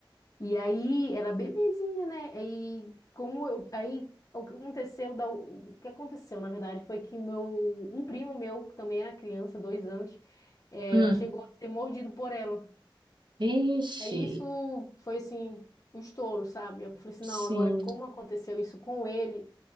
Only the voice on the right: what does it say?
Hum.
Ixi,
sim.